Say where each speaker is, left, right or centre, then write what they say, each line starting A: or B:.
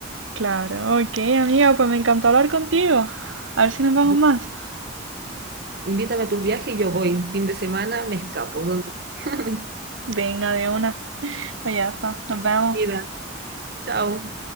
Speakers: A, on the right; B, on the right.
A: Claro, ok, amiga, pues me encantó hablar contigo. A ver si nos vemos
B: Ya.
A: más.
B: Invítame a tus viajes y yo voy. Fin de semana me escapo. Donde... <laughs>
A: Venga, de una. Pues ya está, nos vemos.
B: Mira, chao.